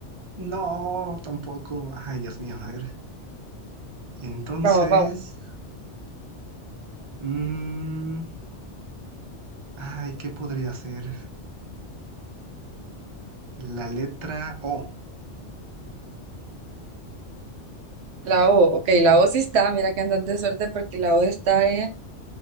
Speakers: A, on the right; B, on the right.
A: No, tampoco. Ay, Dios mío, a ver. Entonces,
B: Vamos, vamos.
A: mm, ay, ¿qué podría ser? La letra O.
B: La O, ok, la O sí está, mira que andas de suerte porque la O está, eh,